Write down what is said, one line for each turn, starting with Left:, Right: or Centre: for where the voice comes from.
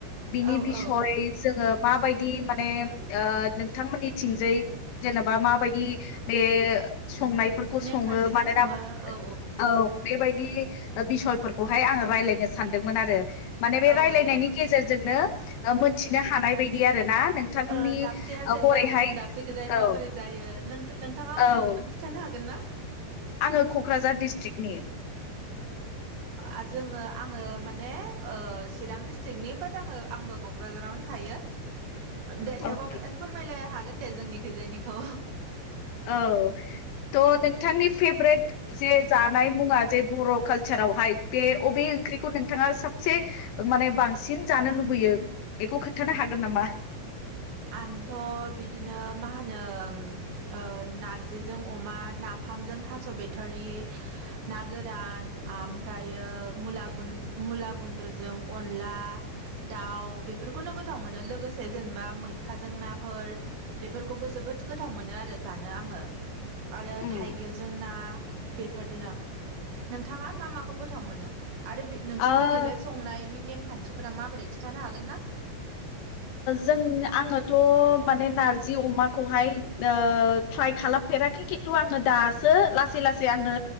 Left: बिनि
Right: औ
Left: बिसय
Right: औ
Left: जोङो माबायद नि माने नोंथांमोननि थिंजाय जेनेबा माबायदि बे संनायफोरखौ
Right: नेमखान्थिजों
Left: सङो मानोना
Right: सङो औ
Left: औ बेबायदि बिसयफोरखौहाय आङो रायज्लायनो सानदोंमोन आरो माने बे
Right: औ
Left: रायलायनायनि
Right: दे
Left: गेजेरजोंनो मिथिनो हानाय बायदि आरो ना नोंथांनि
Right: ओ दाबसेया
Left: ओ
Right: जेनेबा
Left: हरैहाय
Right: गुबुन दाबसेखौजाय
Left: औ
Right: माबोरै जायो नोंथा नोंथाङा
Left: औ
Right: अबेनिमोन खिन्थानो हागोन ना।
Left: आङो क'क्राझार डिस्ट्रिक्टनि
Right: अ जोङो आङो माने चिरां डिस्ट्रिकनि बाद आङो आंबो क'क्राझारावनो थायो। दे
Left: अके
Right: थेवबो फोरमायलायनो हागोन दे जोंनि खैजायनिखौ।
Left: औ थ' नोंथांनि फेभ्रेट जे जानाय मुङा जे बर' कालसारावहाय बे अबे ओंख्रिखौ नोंथाङा साफ -से माने बांसिन जानो लुबैयो बेखौ खोन्थानो हागोन नामा।
Right: आंथ बिदिनो मा होनो उम नारजिजों अमा नाफाम फाम्पजों थास' बिथ'रि- ना गोरान ओमफ्रायो मुला मुला गुन्द्रुजों अनला दाउ बेफोरखौनो गोथाव मोनो लोगोसे जेनेबा मै थाजों नाफोर बेफोरखौबो जोबोद गोथाव मोनो आरो जानो आङो आरो
Left: उम
Right: थाइगिरजों ना बेफोरनो नोंथाङा मा माखौ गोथाव मोनो आरो बे नोंसिनि
Left: ओ
Right: गेजेर संनायनि नेमखान्थिफोरा माबोरै खिन्थानो हागोन ना।
Left: जों आङोथ' माने नारजि अमाखौहाय ट्राइ खालाम खालामफेराखै खिन्थु आङो दासो लासै लासै आङो